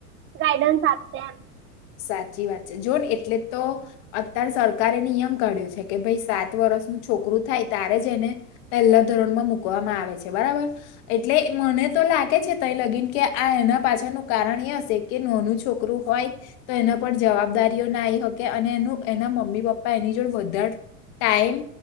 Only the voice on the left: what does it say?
સાચી વાત છે જોન એટલે તો અત્યારે સરકારે નિયમ કાઢ્યો છે કે ભાઈ સાત વર્ષનું છોકરું થાય ત્યારે જ એને પહેલા ધોરણમાં મુકવામાં આવે છે બરાબર એટલે મને તો લાગે છે ત લગીન કે આ એના પાછળનું કારણ એ હશે કે નાનું છોકરું હોય તો એના પર જવાબદારીઓ ના આવી શકે અને એનું એના મમ્મી પપ્પા એની જોડ વધારે ટાઈમ